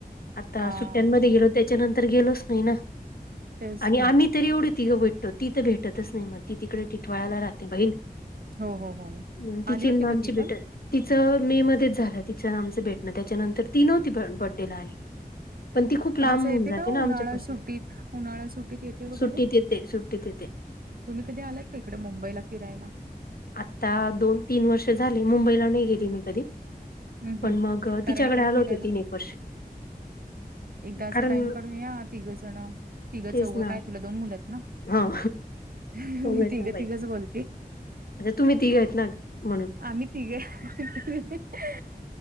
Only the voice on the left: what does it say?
आता
सुट्यांमध्ये गेलो त्या नंतर गेलोच नाही ना,
आणि
आम्ही तरी एवढी तिघं भेटतो, ती तर भेटतच नाही मग, ती तिकडे टिटवाळाला राहते बहीण.
म तिची
न
आमची
भेट
तिचं, मे मध्येच झालं, तिचं ना आमचं भेटणं, त्याच्यानंतर तीनव ती बड्डेला आली. पण ती खूप लांब
होऊन जाते
ना
आमच्या पाासून,
सुट्टीत येते, सु तिते ते
आत्ता दोन तीन वर्ष झाले, मुंबईला नाही गेली मी कधी.
पण
मग
तिच्याकडे
आलो
होतो, तीन एक वर्ष
कारण
तेच
ना
हा
दोघ आहेत
ना बाई
आता तुम्ही तिघ आहेत ना म्हणून